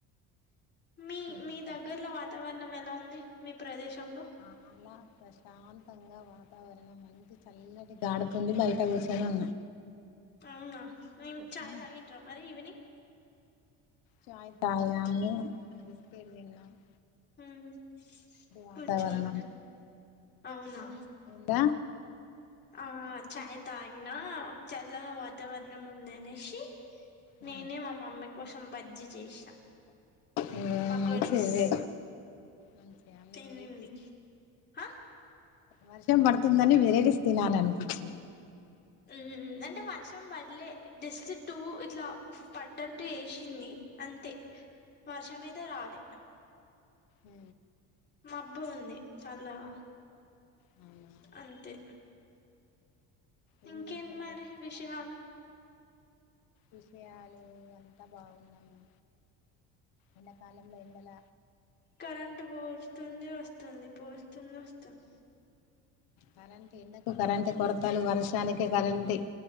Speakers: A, on the left; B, on the left.
A: మీ మీ
B: ఇంకా
A: దగ్గరలో వాతావరణం ఎలా ఉంది మీ ప్రదేశంలో
B: చాల ప్రశాంతంగా వాత వరన మంచి చల్లటి గాడతోండి బయట కూసోని ఉన్నా
A: అవునా నం చాయ్
B: ఉమ్,
A: తాగింరా మరి ఈవెనింగ్.
B: చాయ్ తాగాము బిస్కెట్థిన్నామ్
A: ఉ
B: వాతావరణం
A: కూర్చున్నారు అవునా.
B: దా
A: ఆ చాయ్ తాగినా చల్లగ వాతావరణం ఉంది అనేసి
B: ఆ,
A: నేనే మా మమ్మి కోసం బజ్జి చేసిన
B: ఆ
A: పకోడీస్
B: మంచిది వే మంచి అన్ని
A: తినింది
B: వెరైటీస్
A: హ్
B: వర్షం పడుతుందని వెరైటీస్ తినాలనిపించింది.
A: ఊ అంటే వర్షం బడ్లే జస్ట్ టూ ఇట్లా పడ్డట్టు జేసింది అంతే వర్షం ఐతే రాలే
B: ఉ
A: మబ్బు ఉంది చల్లగా
B: అవును
A: అంతే
B: ఏం
A: ఇంకేంది
B: చేస్తాం
A: మరి
B: ప్రస్తుతం
A: విషయాలు
B: విషయాలు అంత బాగున్నము ఎండాకాలంలో ఎండల
A: కరెంటు బోస్తుంది ఒస్తుంది పోస్తుంది ఒస్తుంది
B: కరెంటు ఎండకు కరెంటి కొరతలు వర్షనికి కరెంటి